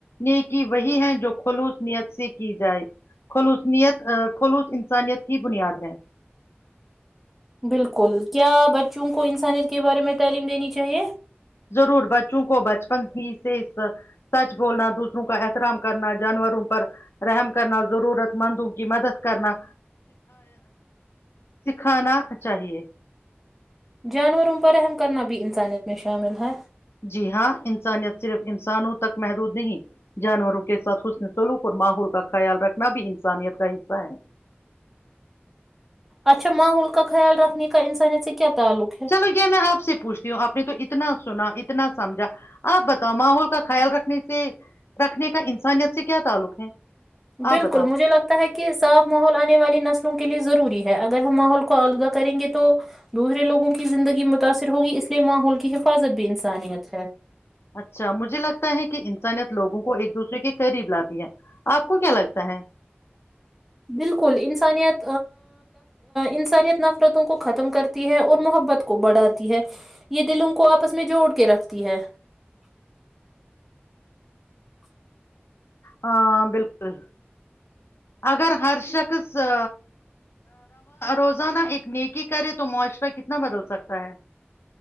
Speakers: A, on the left; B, in the centre.
A: نیکی وہی ہے جو خلوصنیت سے کی جائے خلوصنیت ا خلوص انسانیت کی بنیاد ہے
B: بالکل کیا بچوں کو انسانیت کے بارے میں تعلیم دینی چاہیے
A: ضرور بچوں کو بچپن ہی سے اس سچ بولنا دوسروں کا احترام کرنا جانوروں رحم کرنا ضرورت مندوں کی مدد کرنا سکھانا چاہیے
B: جانوروں پرراہم کرنا بھی انسانیت میں شامل ہے
A: جی ہاں انسانیت صرف انسانوں تک محدود نہیں جانوروں کے ساتھ حسن سلوک اور ماحول کا خیال رکھنا بھی انسانیت کا حصہ ہے
B: اچھا ماحول کا خیال رکھنے کا انسانیت سے کیا تعلق ہے
A: چلو یہ میں آپ سے پوچھتی ہوں آپ نے تو اتنا سنا اتنا نہ سمجھا آپ بتاؤ ماحول کا خیال رکھنے سے رکھنے کا انسانیت سے کیا تعلق ہے
B: بالکل
A: آپ بتاؤ
B: مجھے لگتا ہے کہ صاف ماحول آنے والی نسلوں کے لیے ضروری ہے اگر ہم ماحول کو آلودہ کریں گے تو دوسرے لوگوں کی زندگی متاثر ہوگی اس لیے ماحول کی حفاظت بھی انسانیت ہے
A: اچھا مجھے لگتا ہے کہ انسانیت لوگوں کو ایک دوسرے کے قریب لاتی ہے آپ کو کیا لگتا ہے
B: بالکل انسانیت انسانیت نفرتوں کو ختم کرتی ہے اور محبت کو بڑھاتی ہے یہ دلوں کو آپس میں جوڑ کے رکھتی ہے
A: ہ بالکل اگر ہر شخصو روزانہ ایک نیکی کرے تو معاشرہ کتنا بدل سکتا ہے